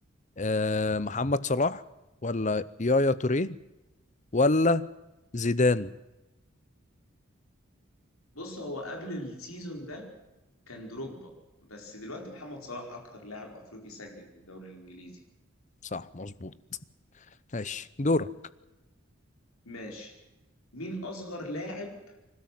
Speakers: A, on the left (about 35°); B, on the left (about 90°).
A: آه محمد صلاح ولا يايا توريه ولا زيدان
B: بص هو قبل السيزون ده كان دروجبا بس دلوقتي محمد صلاح اكتر لاعب افريقي سجل في الدوري الانجليزي
A: صح مظبوط ماشي دورك
B: ماشي مين اصغر لاعب